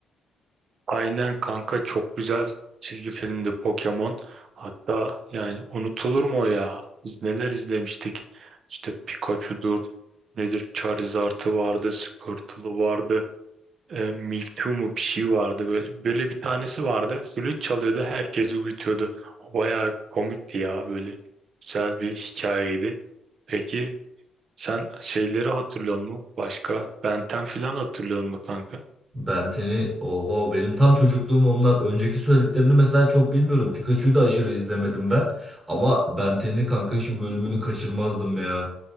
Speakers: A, on the right; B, on the right.
A: Aynen kanka çok güzel çizgi filmdi Pokemon. Hatta yani unutulur mu o ya? Biz neler izlemiştik. İşte Pikachu'dur, nedir Charizard'ı vardı, Squirtle'ı vardı, e, Mewtwo mu bir şey vardı. Böyle böyle bir tanesi vardı. Flüt çalıyordu, herkesi uyutuyordu. O bayağı komikti ya böyle. Güzel bir hikayeydi. Peki sen şeyleri hatırlıyor musun? Başka Ben 10 falan hatırlıyor musun kanka?
B: Benten'i oho benim tam çocukluğum onlar. Önceki söylediklerini mesela çok bilmiyorum. Pikachu'yu da aşırı izlemedim ben. Ama Benten'i kanka şu bölümünü kaçırmazdım ya.